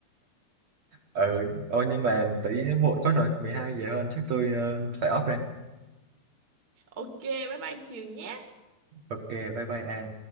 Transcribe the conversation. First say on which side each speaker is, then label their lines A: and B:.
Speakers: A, on the right; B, on the right.
A: ờ ôi nhưng mà tí muộn quá rồi 12 giờ hơn chắc tôi ờ, phải off đây
B: Ok, bye bye trường nhé.
A: ok bye bye An